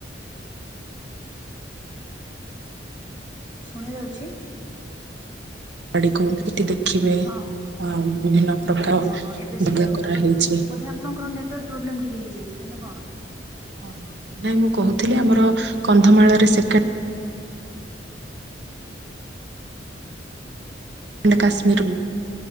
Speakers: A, on the right; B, on the right.
A: ଶୁଣା ଯାଉଚି?
B: ବାଡି କୁ ଟିକେ ଦେଖିବେ ଅ
A: ହଁ
B: ବିଭିନ୍ନ ପ୍ରକାର
A: ହଁ ହଁ ଏବେ
B: <unintelligible>
A: ଶୁଭାଗଲା
B: କରାହେଇଚି।
A: ବୋଧେ ବୋଧେ ଆପଣଙ୍କର ନେଟୱାର୍କ ପ୍ରୋବ୍ଲେମ୍ ଟିକେ ହେଇଯାଇଥିଲା ନା କଣ?
B: ହଁ ହଁ। ନାଇଁ ମୁଁ କହୁଥିଲି ଆମର କନ୍ଧମାଳରେ ସେ କେଣ୍ଡ କାଶ୍ମୀର।